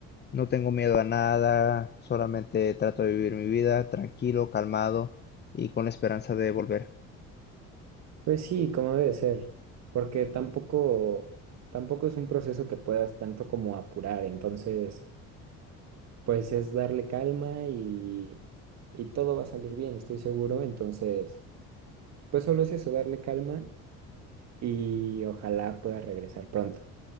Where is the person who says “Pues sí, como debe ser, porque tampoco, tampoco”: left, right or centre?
Right